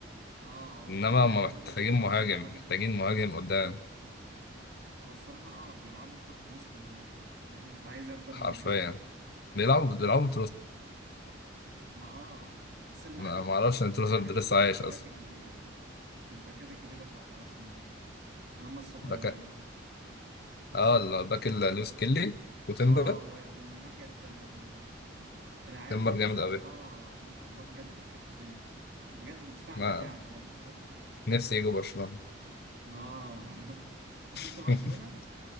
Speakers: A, on the right; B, on the left.
A: اه وبرضه
B: إنما
A: ضيع
B: هما
A: جون
B: محتاجين
A: والجون
B: مهاجم
A: فاضي
B: محتاجين
A: حرام
B: مهاجم
A: يعني
B: قدام
A: هو الصراحة اه بيلعبوا بخط وسط مهاجم فاهم انت عايز إيه اكتر
B: حرفيا
A: من كده
B: بيلعبوا بيلعبوا
A: ما اه بس اللي
B: ما
A: عجبني
B: ما اعرفش ان تروزارد
A: اللي عجبني
B: لسه
A: الباكات
B: عايش اصلا
A: الجديدة دي الباكات الجديدة بتاعت ارسنال دي اللي هم الصغيرين
B: باك
A: دول
B: اه الباك اللي لويس كيلي وتمبر
A: اه و... والناحية التانية تيمبر العيال
B: تمبر
A: دي ما
B: جامد
A: شاء
B: قوي
A: الله ما شاء الله بجد في حتة تانية بجد دفاع
B: ما
A: دفاع بجد فاهم
B: نفسي يجوا برشلونة
A: اه <laughs> انت شفت
B: <laughs>
A: برشلونة؟